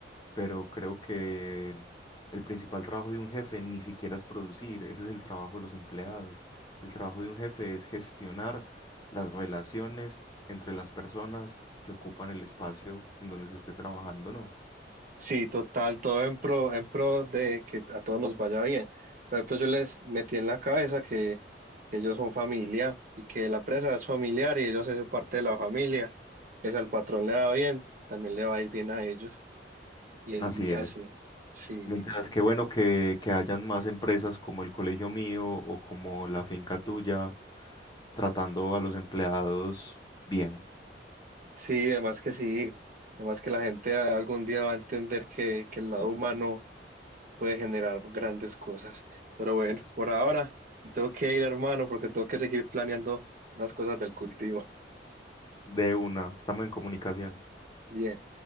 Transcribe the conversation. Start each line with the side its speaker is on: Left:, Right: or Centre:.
Left: Pero creo que el principal trabajo de un jefe ni siquiera es producir, ese es el trabajo de los empleados. El trabajo de un jefe es gestionar las relaciones entre las personas que ocupan el espacio en donde se esté trabajando, ¿no?
Right: Sí, total, todo en pro, en pro de que a todos nos vaya bien. Por ejemplo, yo les metí en la cabeza que ellos son familia y que la empresa es familiar y ellos hacen parte de la familia, que si al patrón le va bien, también le va a ir bien a ellos. Y,
Left: Así es.
Right: y así, sí,
Left: Mientras que bueno
Right: eh,
Left: que, que hayan más empresas como el colegio mío o como la finca tuya, tratando a los empleados bien.
Right: sí, además que sí, además que la gente algún día va a entender que, que el lado humano puede generar grandes cosas. Pero bueno, por ahora me tengo que ir, hermano, porque tengo que seguir planeando unas cosas del cultivo.
Left: De una, estamos en comunicación.
Right: Bien.